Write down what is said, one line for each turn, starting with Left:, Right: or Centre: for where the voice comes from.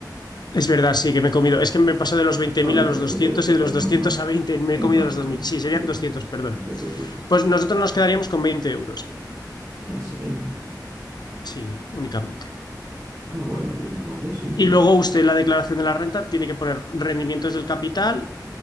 Left: Es verdad, sí, que me he comido. Es que me he pasado de los veinte
Right: No
Left: mil
Right: te
Left: a
Right: preocupes,
Left: los 200
Right: es
Left: y de
Right: es
Left: los
Right: normal.
Left: 200 a veinte Me
Right: Es
Left: he comido
Right: normal,
Left: los 2.000. Sí, serían
Right: sí,
Left: 200, perdón.
Right: no se preocupen.
Left: Pues nosotros nos quedaríamos con 20 euros.
Right: ¿En serio?
Left: Sí, únicamente.
Right: Ah, bueno, pues entonces sí.
Left: Y
Right: lo-
Left: luego usted en la declaración de la renta tiene que poner rendimientos del capital,